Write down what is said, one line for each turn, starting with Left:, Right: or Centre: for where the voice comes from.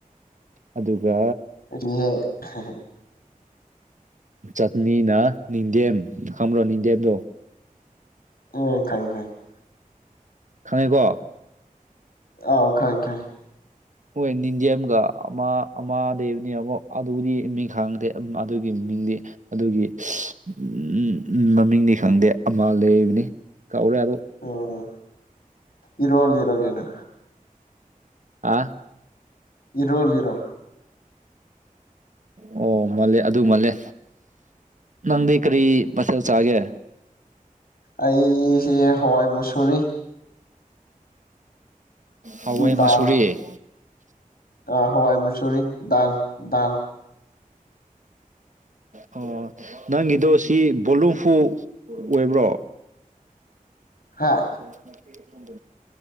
Right: ꯑꯗꯨꯒ
Left: <unintelligible>
Right: ꯆꯥꯛꯅꯤꯅ ꯅꯤꯡꯗꯦꯝ ꯈꯪꯕ꯭ꯔꯣ ꯅꯤꯡꯗꯦꯝꯗꯣ
Left: ꯑꯣ ꯈꯪꯉꯦ ꯈꯪꯉꯦ
Right: ꯈꯪꯉꯦꯀꯣ
Left: ꯑꯥꯎ ꯈꯪ ꯈꯪ
Right: ꯍꯣꯏ ꯅꯤꯟꯗꯦꯝꯒꯥ ꯑꯃ ꯑꯃ ꯂꯩꯕꯅꯤ ꯑꯃꯨꯛ ꯑꯗꯨꯗꯤ ꯃꯤꯡ ꯈꯥꯡꯗꯦ ꯎꯝ ꯑꯗꯨꯒꯤ ꯃꯤꯡꯗꯤ ꯑꯗꯨꯒꯤ ꯎꯝ ꯃꯃꯤꯡꯗꯤ ꯈꯪꯗꯦ ꯑꯃ ꯂꯩꯕꯅꯤ ꯀꯥꯎꯔꯦ ꯑꯗꯣ
Left: ꯑꯣ ꯏꯔꯣꯜꯂꯤꯔꯣ ꯒꯩꯅꯣ
Right: ꯑꯥ
Left: ꯏꯔꯣꯜꯂꯤꯔꯣ
Right: ꯑꯣ ꯃꯥꯜꯂꯦ ꯑꯗꯨ ꯃꯥꯜꯂꯦ ꯅꯪꯗꯤ ꯀꯔꯤ ꯃꯊꯦꯜ ꯆꯥꯒꯦ
Left: ꯑꯩꯁꯦ ꯍꯋꯥꯏ ꯃꯨꯁꯨꯨꯔꯤ
Right: ꯍꯋꯥꯏ
Left: ꯎꯝ
Right: ꯃꯁꯨꯨꯔꯤ
Left: ꯗꯥꯜ ꯑꯥ ꯍꯋꯥꯏ ꯃꯨꯁꯨꯔꯤ ꯗꯥꯜ ꯗꯥꯜ
Right: ꯑꯣ ꯅꯪꯒꯤꯗꯣ ꯁꯤ ꯕꯣꯂꯨꯝꯐꯨ ꯑꯣꯏꯕ꯭ꯔꯣ
Left: ꯍꯥꯥ
Right: <unintelligible>